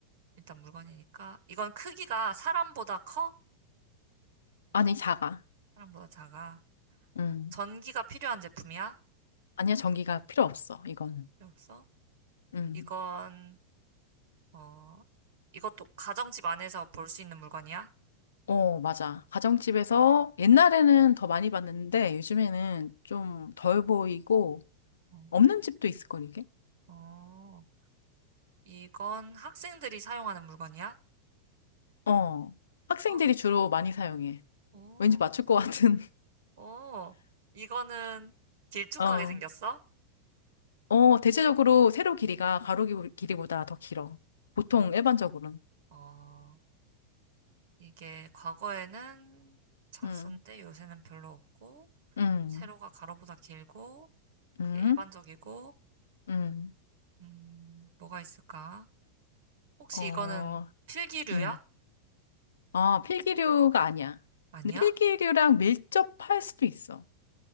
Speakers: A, on the right; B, on the left.
A: 일단 물건이니까 이건 크기가 사람보다 커?
B: 아니, 작아.
A: 사람보다 작아.
B: 음
A: 전기가 필요한 제품이야?
B: 아니야, 전기가 필요 없어, 이거는.
A: 필요 없어?
B: 음
A: 이건 어 이것도 가정집 안에서 볼 수 있는 물건이야?
B: 어, 맞아. 가정집에서 옛날에는 더 많이 봤는데 요즘에는 좀 덜 보이고
A: 어.
B: 없는 집도 있을 걸, 이게?
A: 어. 이건 학생들이 사용하는 물건이야?
B: 어, 학생들이
A: 어.
B: 주로 많이 사용해.
A: 오.
B: 왠지 맞출 것 같은.
A: 오. 이거는
B: <laughs>
A: 길쭉하게
B: 어,
A: 생겼어?
B: 어, 대체적으로 세로 길이가 가로 기- 길이보다 더 길어. 보통
A: 어.
B: 일반적으로는.
A: 어, 이게 과거에는 잘
B: 음,
A: 썼는데 요새는 별로 없고,
B: 음,
A: 세로가 가로보다 길고,
B: 음,
A: 그게 일반적이고,
B: 음,
A: 음, 뭐가 있을까? 혹시
B: 어,
A: 이거는 필기류야?
B: 음. 아, 필기류가 아니야.
A: 아니야?
B: 근데 필기류랑 밀접할 수도 있어.